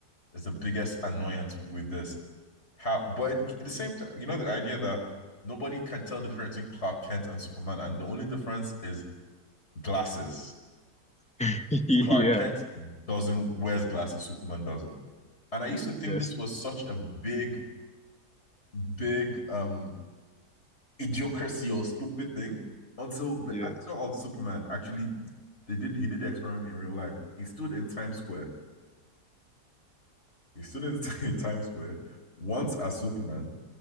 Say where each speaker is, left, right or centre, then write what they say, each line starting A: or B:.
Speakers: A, on the left; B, in the centre.
A: is the biggest annoyance with this how but at the same time, you know, the idea that nobody can tell the difference between Clark Kent and Superman, and the only difference is glasses.
B: <laughs> Yeah.
A: Clark Kent doesn't wears glasses, Superman doesn't. And I used to think
B: Yes.
A: this was such a big, big um idiocracy or stupid thing until the
B: Yeah.
A: actor of Superman actually they did he did the experiment in real life. He stood in Times Square. He stood in <laughs> Times Square once as Superman